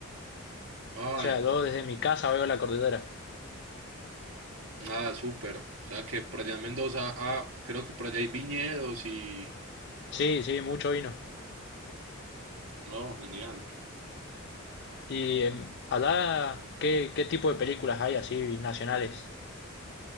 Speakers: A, on the right; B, on the left.
A: Ah,
B: O sea,
A: en-
B: yo desde mi casa veo la cordillera.
A: ah, súper. O sea que por allá en Mendoza, ah, creo que por allá hay viñedos y...
B: Sí, sí, mucho vino.
A: Oh, genial.
B: Y em, allá, ¿qué, qué tipo de películas hay así nacionales?